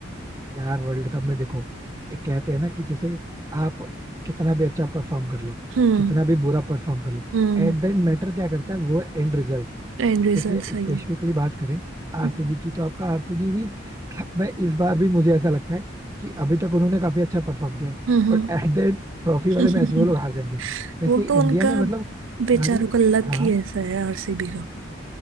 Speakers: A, on the right; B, on the right.
A: यार वर्ल्ड कप में देखो एक कहते हैं ना कि जैसे आप कितना भी अच्छा परफॉर्म कर लो
B: हम्म
A: कितना भी बुरा परफॉर्म कर लो
B: हम्म
A: एट द मैटर क्या करता है वो एंड रिजल्ट
B: एंड रिजल्ट
A: जैसे
B: सही
A: स्पेसिफिकली
B: है
A: बात करें आरसीबी
B: हम्म
A: की तो आपका आरसीबी भी मतलब मैं इस बार भी मुझे ऐसा लगता है कि अभी तक उन्होंने काफी अच्छा परफॉर्म किया है
B: हम्म
A: but at the end trophy
B: <laughs>
A: वाले मैच में वो लोग हार जाएंगे वैसे
B: वो
A: इंडिया
B: तो उनका
A: ने मतलब
B: बेचारों
A: सारे
B: का लक
A: हाँ
B: ही ऐसा है आरसीबी का